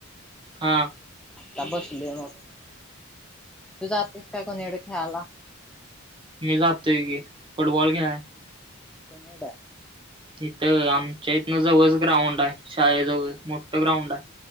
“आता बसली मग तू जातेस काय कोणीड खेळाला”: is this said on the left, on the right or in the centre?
Centre